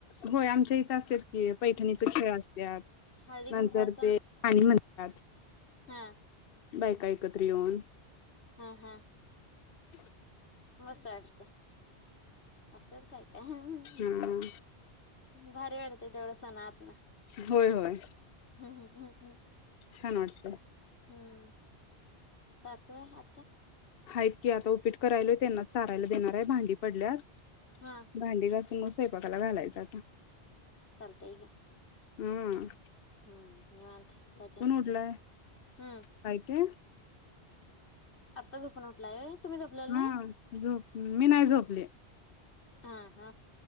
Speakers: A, on the left (about 65°); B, on the left (about 85°).
A: होय आमच्या इथं असतात पैठणीचे खेळ असतात
B: हळदी
A: नंतर
B: कुंकवाचा
A: ते पाणी म्हणतात
B: हा
A: बाय कायऐकत्र येऊन
B: हा हा
A: हो
B: मस्त वाटते असतत काय काय
A: हा
B: भारी वाटतेय तेवढं सण आत ना
A: होय होय
B: हम्् हम्म हम्
A: छान वाटतंय
B: हम्म स आहे आ
A: आहेत की आता उपीट करायल त्यांना चारायला देणार आहे. भांडी पडल्या
B: हा
A: भांडी घासूनत स्वयपाकाला घालायचं आता
B: चलत आहे.
A: हम्म
B: हम्म निव अंत काय टेनशन
A: उठलाय
B: हम्म
A: काय ते
B: आत्ता झोपण उठलाय तुम्ही झोपलेला
A: हा
B: नाही
A: जो मी नाही झोपली
B: हा हा